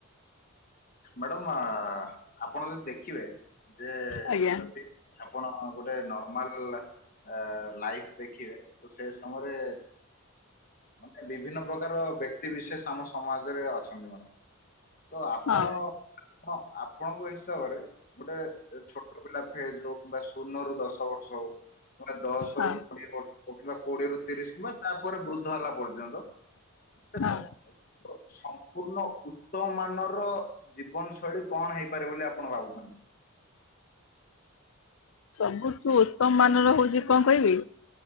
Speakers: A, on the left; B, on the left.
A: ମ୍ୟାଡାମ ଆଃ ଆପଣ ଯଦି ଦେଖିବେ ଯେ
B: ଆଜ୍ଞା
A: ଯଦି ଆପଣ ଗୋଟେ ନର୍ମାଲ ଲାଇଫ ଦେଖିବେ ତ ସେ ସମୟରେ ମା ବିଭିନ୍ନ ପ୍ରକାର ବ୍ୟକ୍ତି ବିଶେଷ ଆମ ସମାଜରେ ଅଛନ୍ତି ମାଡାମ ତ ଆପଣ
B: ହଁ
A: ହଁ ଆପଣଙ୍କ ହିସାବରେ ଗୋଟେ ଛୋଟ ପିଲା ଫେଜ ହଉ କିମ୍ବା ଶୂନରୁୁ ଦଶ ବର୍ଷ ହଉ। କି ଦଶ
B: ହଁ
A: ର କୋଡିଏର୍ କିମ୍ବା କୋଡିଏରୁ ତିରିଶ କିମ୍ବା ତାପରେ ବୃଦ୍ଧ ହେଲା ପର୍ଯ୍ୟନ୍ତ। <inaudible>
B: ହଁ
A: ସମ୍ପୂର୍ଣ୍ଣ ଉ ତମ ମାନର ଜୀବନ ଶୈଳୀ କଣ ହେଇପାରେ ବୋଲି ଆପଣ ଭାବୁଛନ୍ତି।
B: ସବୁଠୁ ଉତ୍ତମ ମାନର ହଉଛି କଣ କହିବି?